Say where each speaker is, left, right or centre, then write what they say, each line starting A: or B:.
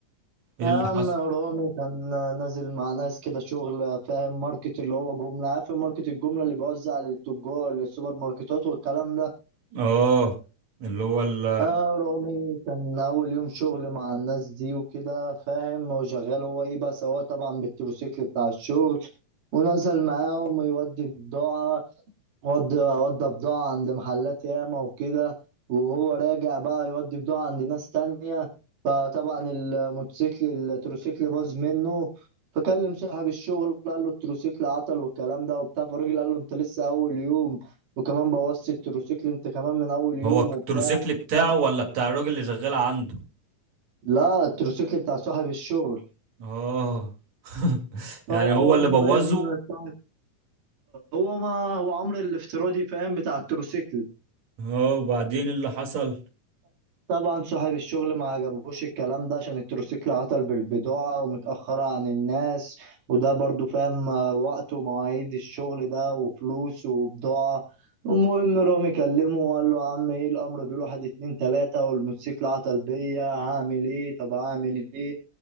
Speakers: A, on the right; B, on the right.
A: ايه
B: يا
A: اللي
B: عم
A: حصل
B: رامي كان نازل مع ناس كده شغل فاهم ماركت اللي هو جملة عارف ماركت الجملة اللي بيوزع للتجار للسوبر ماركتات والكلام ده
A: اه اللي هو ال
B: اه رامي كان أول يوم شغل مع الناس دي وكده فاهم وشغال هو إيه بس هو طبعا بالتروسيكل بتاع الشغل ونزل معاهم يودي بضاعة ودي ودي بضاعة عند محلات ياما وكده وهو راجع بقى يودي بضاعة عند ناس تانية فطبعا الموتوسيكل التروسيكل باظ منه فكلم صاحب الشغل قال له التروسيكل عطل والكلام ده وبتاع فالراجل قال له انت لسه اول يوم وكمان بوظت التروسيكل انت كمان من اول يوم
A: هو التروسيكل
B: وبتاع
A: بتاعه
B: طب
A: ولا بتاع الراجل اللي شغال عنده
B: لا التروسيكل بتاع صاحب الشغل
A: اه <laughs> يعني
B: فالمهم
A: هو اللي بوظه
B: صاحب هو ما هو عمرو الافتراضي فاهم بتاع التروسيكل
A: اه وبعدين إيه اللي حصل
B: طبعا صاحب الشغل ما عجبوش الكلام ده عشان التروسيكل عطل بالبضاعة ومتأخرة عن الناس وده برضو فاهم آه، وقت ومواعيد الشغل ده وفلوس وبضاعة المهم رامي كلمه وقال له يا عم ايه الأمر بيقول واحد اتنين تلاتة والموتوسيكل عطل بيا هعمل ايه طب هعمل ايه